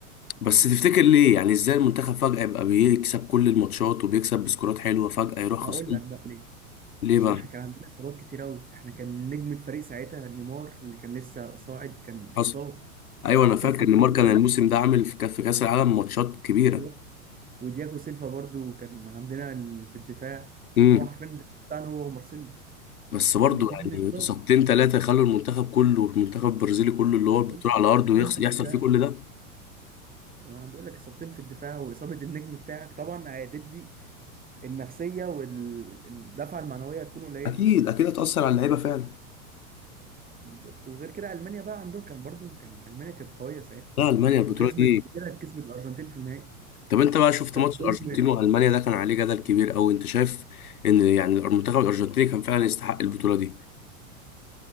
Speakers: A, on the left (about 80°); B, on the right (about 20°).
A: بس تفتكر ليه يعني ازاي المنتخب فجاه يبقى بيكسب كل الماتشات وبيكسب بسكورات حلوه فجاه يروح خسران
B: هقول لك بقى ليه
A: ليه
B: عشان
A: بقى
B: احنا كان عندنا اصابات كتير قوي احنا كان نجم الفريق ساعتها نيمار اللي كان لسه صاعد كان
A: حصل
B: اتصاب
A: ايوه انا
B: اتصاب
A: فاكر
B: في الدور
A: نيمار
B: اللي
A: كان
B: قبله
A: الموسم ده عامل في كاس في كأس العالم ماتشات كبيره
B: بالظبط ودياجو سيلفا برضو كان عندنا ال- في الدفاع كان
A: امم
B: هو حرفيا الدفاع بتاعنا هو ومارسيلو
A: بس برضه
B: الاثنين
A: يعني
B: اتصابوا
A: إصابتين ثلاثة يخلوا المنتخب كله المنتخب البرازيلي كله اللي هو
B: انا بقول
A: البطولة
B: لك
A: على أرضه
B: اصابتين
A: يخس-
B: في الدفاع
A: يحصل فيه كل ده
B: انا بقول لك اصابتين في الدفاع واصابه النجم بتاعك طبعا هتدي النفسيه والدفعه المعنويه هتكون قليله
A: اكيد اكيد هتأثر على اللعيبه فعلا
B: بالظبط وغير كده المانيا بقى عندهم كان برضو كان المانيا كانت قويه ساعتها
A: لا ألمانيا البطولة
B: وكسبت
A: دي
B: طلعت كسبت الارجنتين في النهائي
A: طب أنت بقى شفت
B: كان
A: ماتش
B: عندهم
A: الأرجنتين وألمانيا ده كان عليه جدل كبير أوي أنت شايف إن يعني المنتخب الأرجنتيني كان فعلا يستحق البطولة دي